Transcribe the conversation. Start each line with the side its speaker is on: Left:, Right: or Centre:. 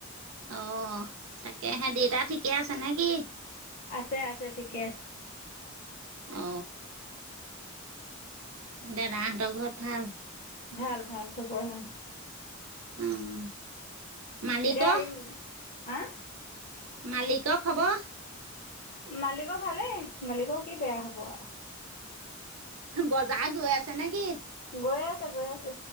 Right: অ তাকেহে দেতা ঠিকে আছে নে কি?
Left: আছে আছে ঠিকে
Right: অ দেদাহঁত ঘত ভাল?
Left: ভাল ভাল চবৰে ভাল।
Right: উম। মালিকৰ,
Left: এতিয়া সেই হা?
Right: মালিকৰ খবৰ?
Left: মালিকৰ ভালেই মালিকৰ কি বেয়া হ'ব আৰু।
Right: বজাৰ গৈ আছে নেকি?
Left: গৈ আছে, গৈ আছে।